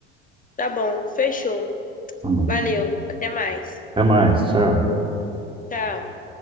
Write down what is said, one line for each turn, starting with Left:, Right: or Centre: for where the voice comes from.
Left: Tá bom, fechou.
Right: Tá bom.
Left: Valeu, até mais.
Right: Até mais, tchau.
Left: Tchau.